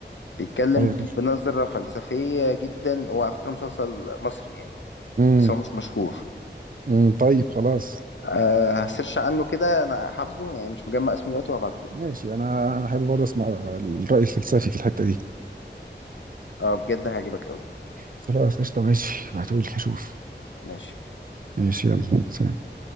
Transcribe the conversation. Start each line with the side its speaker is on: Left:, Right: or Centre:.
Left: بيتكلم
Right: ايوه
Left: بنظرة فلسفية جدا هو على فكرة مسلسل مصري يعني
Right: امم
Left: بس هو مش مشهور
Right: أمم، طيب خلاص
Left: أه هسيرش عنه كده انا حافظه يعني مش مجمع اسمه دلوقتي وهبعته لك
Right: ماشي انا انا حابب برضه اسمع الرأي الفلسفي في الحتة دي
Left: اه بجد هيعجبك قوي
Right: خلاص قشطة ماشي ابعتهولي اشوف
Left: ماشي
Right: ماشي يلا سلام